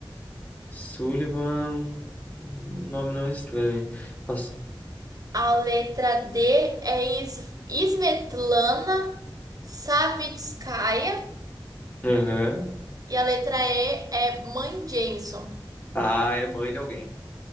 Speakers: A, on the left; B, on the right.
A: Sullivan, nome não é estranho. Nossa.
B: A letra D é Is- Svetlana Savitskaya.
A: Aham.
B: E a letra E é Mãe Jameson.
A: Ah, é mãe de alguém.